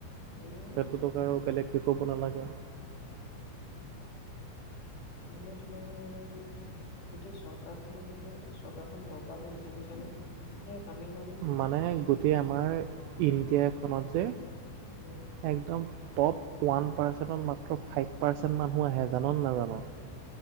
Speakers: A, on the left; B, on the right.
A: উম
B: আৰু বেলেগ শিকা'ব নালাগে।
A: মানে তোমাৰ গোটেই চৰকাৰখনক মানে চৰকাৰখন বৰ্বাদ হৈ গৈছে বুজিছা নে এতিয়া তামিলনাডু
B: মানে গোটেই আমাৰ ইণ্ডিয়াখনত যে
A: উম!
B: একদম টপ ওৱান মাত্ৰ ফাইভ পাৰ্চেন্ট মানুহ আহে জাননে নাজান